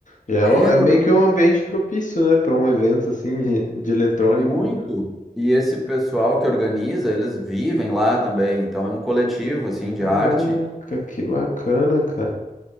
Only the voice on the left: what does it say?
Já é,
o- é
meio
que um ambiente propício, né? Pra um evento, assim, <laughs> de de eletrônica.
Caraca,
que bacana, cara.